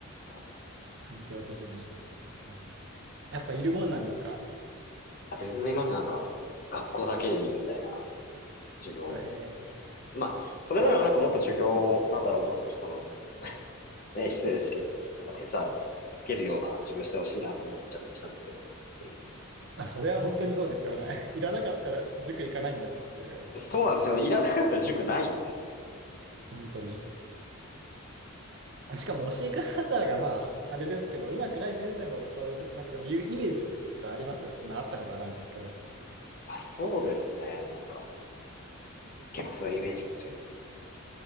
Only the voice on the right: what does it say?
環境的に。はい、やっぱいるもんなんですか
ええ
あ、それは本当にそうですよね。<laughs> いらなかったら塾行かないんだしっていう、
本当に。しかも教え方がまあ、あれですけど、上手くない先生ほどそういうことなんかでも言うイメージがあります。そんなあったことはないんですけど。